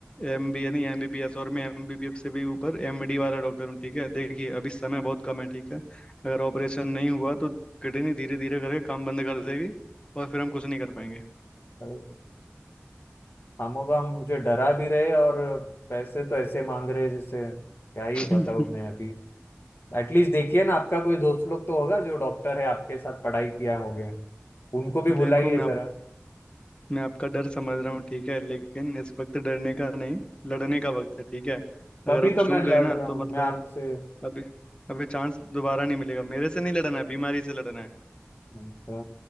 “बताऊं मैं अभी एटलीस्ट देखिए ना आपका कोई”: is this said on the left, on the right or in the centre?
Left